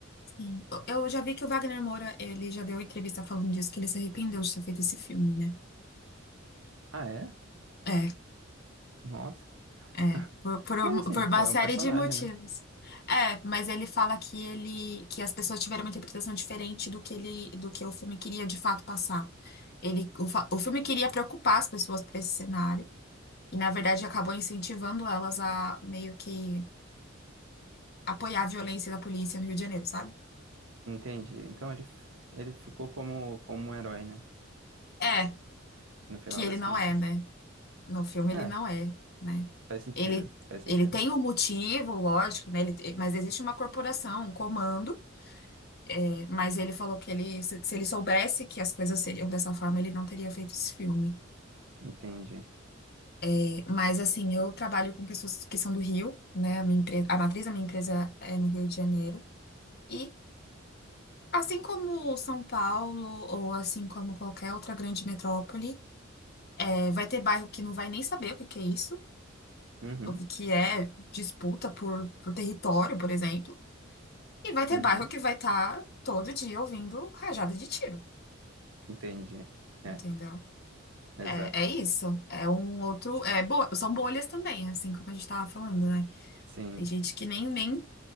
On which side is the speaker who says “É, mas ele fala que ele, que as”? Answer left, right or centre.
Left